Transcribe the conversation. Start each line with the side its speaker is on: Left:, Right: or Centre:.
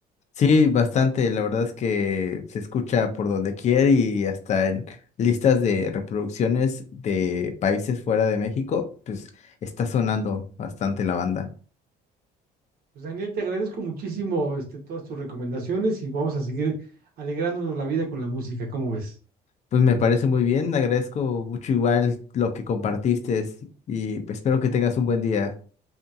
Left: Sí, bastante, la verdad es que se escucha por donde quiera y hasta en listas de reproducciones de países fuera de México, pues está sonando bastante la banda.
Right: Pues Daniel, te agradezco muchísimo este, todas tus recomendaciones y vamos a seguir alegrándonos la vida con la música, ¿cómo ves?
Left: Pues me parece muy bien, agradezco mucho igual lo que compartiste y pues, espero que tengas un buen día.